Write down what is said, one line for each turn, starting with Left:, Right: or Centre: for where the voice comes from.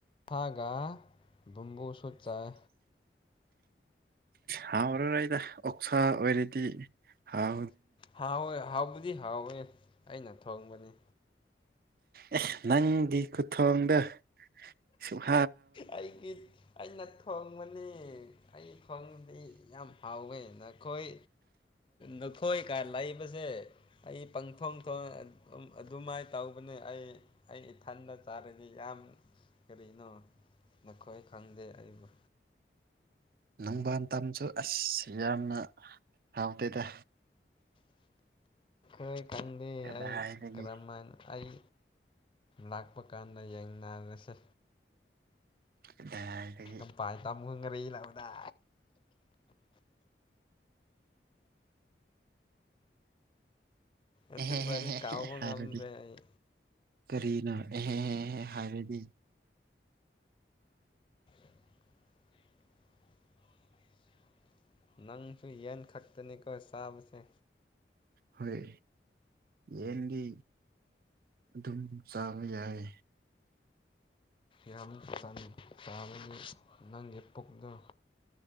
Left: ꯁꯥꯒ ꯕꯨꯝꯕꯨꯁꯨꯠ ꯆꯥꯏ
Right: ꯍꯥꯎꯔ ꯑꯩꯗ ꯑꯣꯛꯁꯥ ꯑꯣꯏꯔꯦꯗꯤ ꯍꯥꯎ
Left: ꯍꯥꯎꯏ ꯍꯥꯎꯕꯨꯗꯤ ꯍꯥꯎꯋꯦ ꯑꯩꯅ ꯊꯣꯡꯕꯅꯤ
Right: ꯑꯦ ꯅꯪꯒꯤ ꯈꯨꯊꯣꯡꯗ ꯁꯃ
Left: ꯑꯩꯒꯤ ꯑꯩꯅ ꯊꯣꯡꯕꯅꯤ ꯑꯩ ꯊꯣꯡꯕꯗꯤ ꯌꯥꯝ ꯑꯥꯎꯅꯈꯣꯏ ꯄꯊꯣꯏ ꯀꯥꯟ ꯂꯩꯕꯁꯦ ꯑꯩ ꯄꯪꯊꯣꯡ ꯊꯣꯡ ꯑꯗꯨꯃꯥꯏꯅ ꯇꯧꯕꯅꯦ ꯑꯩ ꯑꯩ ꯏꯊꯟꯗ ꯆꯥꯔꯗꯤ ꯌꯥꯝ ꯀꯔꯤꯅꯣ ꯅꯈꯣꯏ ꯈꯪꯗꯦ ꯑꯩꯕꯨ
Right: ꯅꯪꯕꯥꯟ ꯇꯝꯁꯨ ꯑꯁ ꯌꯥꯝꯅ ꯍꯥꯎꯇꯦꯗ
Left: ꯀꯗ
Right: ꯀꯗꯥꯏꯗꯒꯤ
Left: ꯑꯩ ꯀ꯭ꯔꯃꯥꯏ ꯑꯩ ꯂꯥꯛꯄ ꯀꯥꯟꯗ ꯌꯦꯡꯅꯔꯁꯦ
Right: ꯀꯗꯥꯏꯗꯒꯤ
Left: ꯀꯝꯄꯥꯏ ꯇꯃꯨ ꯈꯪ ꯉꯔ ꯂꯥꯛꯕꯗ ꯑꯗꯨ
Right: ꯑꯦꯍꯦꯍꯦꯍꯦꯍꯦ
Left: ꯀꯥꯎꯕ
Right: ꯍꯥꯏꯔꯗꯤ
Left: ꯉꯝꯗ꯭ꯔꯦ ꯑꯩ
Right: ꯀꯔꯤꯅꯣ ꯑꯦꯍꯦ ꯍꯦꯍꯦ ꯍꯥꯏꯕꯗꯤ
Left: <unintelligible> ꯅꯪꯁꯨ ꯌꯦꯟ ꯈꯛꯇꯅꯤꯀꯣ ꯆꯥꯕꯁꯦ
Right: ꯍꯣꯏ ꯌꯦꯗꯤ ꯑꯗꯨꯝ ꯆꯥꯕ ꯌꯥꯏ
Left: ꯌꯥꯝ ꯆ ꯇꯥꯕꯗꯤ ꯅꯪꯒꯤ ꯄꯣꯛꯗ